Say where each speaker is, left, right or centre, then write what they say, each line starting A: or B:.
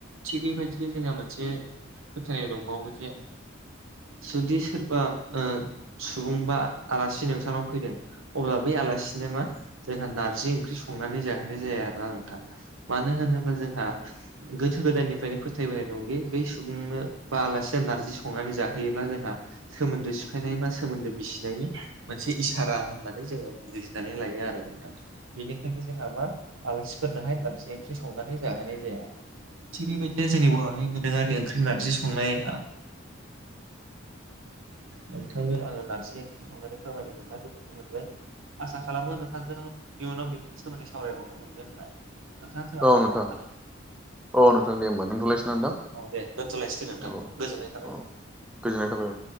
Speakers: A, on the right (about 85°); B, in the centre.
A: थिग बेबायदिनो जोंहा मोनसे फोथायनाय दंबावो जे जुदि सोरबा ओ सुबुं बा आलासि नोंसोराव फैदों अब्ला बै आलासिनो मा जोंहा नारजि ओंख्रि संनानै जाहोनाय जाया आरोना नोंथां। मानो होनोब्ला जोंहा गोथो गोदाननिफ्रायनो फोथायबोनाय दंदि बेै सुबुंनो बा आलासिया नारजि संनानै जाहोयोब्ला जोंहा सोमोन्दो सिफायनाय बा सोमोन्दो बिसिनायनि मोनसे इसारा होननानै जोङो बुजिनानै लायो आरो नोंथां। बेनिखायनो जोंहा मा आलासिफोरनोहाय नरजि ओंख्रि संनानै जाहोनाय जाया। थिग बेबायदिनो जोंनि बर'नि दोरोङारि ओंख्रि नारजि संनाया नोंथांनो आङो नारजि ओंख्रि संनानै फोरमायनो मोनना गोजोननाय मोनबाय। आसा खालामो नोंथांजों इयुनाव बेफोरनि सोमोन्दै सावरायबावनो मोनगोन होनना नोंथां जोंहा
B: औ
A: समाब
B: नोंथां
A: जाबाय।
B: औ नोंथां दे होमबा दोनथ'लायसिनो नोंथां
A: औ दे दोनथ'लायसै दे नोंथां
B: औ
A: गोजोननाय थाबाय
B: औ। गोजोन्नाय थाबाय।